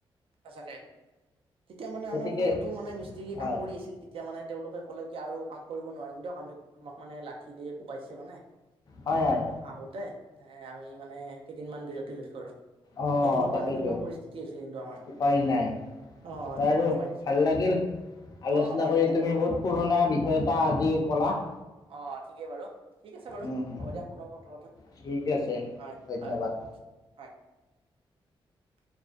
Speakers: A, on the right; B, on the left.
A: সঁচাকে। তেতিয়া মানে
B: গতিকে
A: আমাৰ ঘৰতো মানে মিস্ত্ৰী
B: হয়
A: কাম কৰি আছিল তেতিয়া মানে, তেওঁলোকে ক'লে কি আৰু কাম কৰিব নোৱাৰিম। দিয়ক আমি আমাক মানে লাঠি দিয়ে কোবাইছে মানে-
B: হয় হয়
A: আহ' আহোতে এ আমি মানে কেইদিন মান বিৰতি লৈছো আৰু।
B: অ'
A: সেই তেনেকুৱা
B: তাকেইেতো
A: তেনেকুৱা পৰিস্থিতি হৈছিল কিন্তু আমাৰ
B: উপায় নাই।
A: অ
B: বাৰু,
A: একেবাৰে উপায় নাছিল
B: ভাল লাগিল। আলোচনা
A: অ বাৰু
B: কৰি
A: ভাল
B: তুমি
A: লাগিল
B: বহুত পুৰণা বিষয় এটা আজি ক'লা -
A: অ' ঠিকেই বাৰু ঠিক আছে বাৰু
B: উম,
A: হ'ব
B: উম,
A: দিয়া পুনৰ কথা পঠাম।
B: ঠিক আছে
A: হয়
B: ধন্যবাদ।
A: হয় হয় <inaudible>